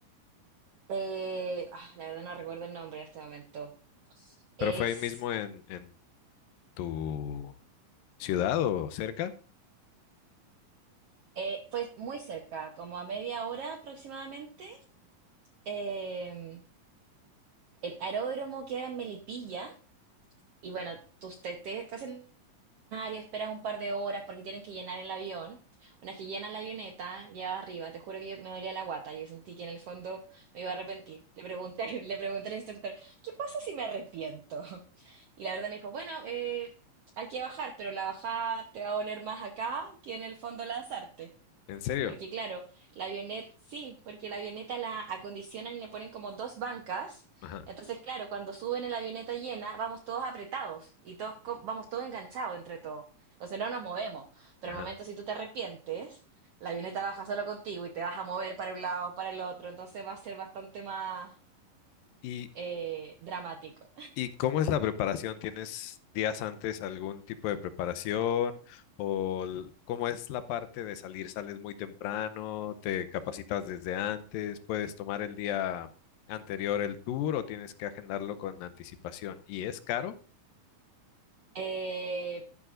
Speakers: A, on the right (about 75°); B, on the left (about 80°).
A: Eh, ah, la verdad no recuerdo el nombre en este momento.
B: ¿Pero
A: Es
B: fue ahí mismo en, en tu ciudad o cerca?
A: Eh, fue muy cerca, como a media hora aproximadamente. Eh, el aeródromo queda en Melipilla y bueno, tú te, te- estás en el escenario, esperas un par de horas porque tienen que llenar el avión. Una vez que llenan la avioneta, ya arriba, te juro que yo- me dolía la guata, yo sentí que en el fondo me iba a arrepentir. Le pregunté, <laughs> le pregunté al instructor, ¿qué pasa si me arrepiento? <laughs> Y la verdad me dijo, bueno, eh, hay que bajar, pero la bajada te va a doler más acá que en el fondo lanzarte.
B: ¿En serio?
A: Porque claro, la avioneta, sí, porque la avioneta la acondicionan y le ponen como dos bancas.
B: Ajá,
A: Entonces, claro, cuando suben en la avioneta llena, vamos todos apretados y todos co- vamos todos enganchados entre todos. Entonces no nos movemos. Pero
B: ajá.
A: al momento si tú te arrepientes, la avioneta baja solo contigo y te vas a mover para un lado, para el otro. Entonces va a ser bastante más
B: ¿Y
A: eh, dramático.
B: ¿Y cómo es la preparación? ¿Tienes días antes algún tipo de preparación? ¿O l- cómo es la parte de salir? ¿Sales muy temprano? ¿Te capacitas desde antes? ¿Puedes tomar el día anterior el tour o tienes que agendarlo con anticipación? ¿Y es caro?
A: Eh,